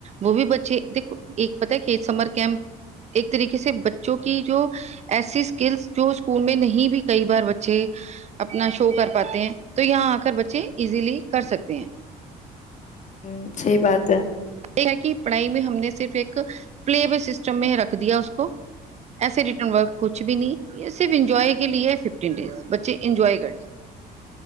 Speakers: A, on the right (about 40°); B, on the left (about 45°).
A: ਉਹ ਵੀ ਬੱਚੇ ਦੇਖੋ ਇੱਕ ਪਤਾ ਕਿ ਸਮਰ ਕੈਂਪ ਇੱਕ ਤਰੀਕੇ ਕਿਸੇ ਬੱਚੋਂ ਕੀ ਜੋ ਐਸੀ ਸਕਕਿਲਸ ਜੋ ਸਕੂਲ ਮੈਂ ਨਹੀਂ ਵੀ ਕਈ ਬਾਰ ਬੱਚੇ ਆਪਣਾ ਸ਼ੋਅ ਕਰ ਪਾਤੇ ਹੈ ਤਾਂ ਯਾ ਆ ਕਰ ਬੱਚੇ ਇਜ਼ਲੀ ਕਰ ਸਕਤੇ ਹੈ।
B: ਹਮ, ਸਹੀ ਬਾਤ ਹੈ।
A: ਹੈ ਕਿ ਪੜ੍ਹਾਈ ਹਮਨੇ ਸਿਰਫ ਇੱਕ ਪਲੇ ਵੇ ਸਿਸਟਮੇ ਰੱਖ ਉਸਕੋ ਐਸੇ ਰਿਟਰਨ ਵਰਕ ਕੁਛ ਵੀ ਨਹੀਂ ਸਿਰਫ ਇੰਜੋਏ ਕੇ ਲਿਏ ਫਿਫਟੀਨ ਡੇਜ਼ ਬੱਚੇ ਇੰਜੋਏ ਕਰੇ।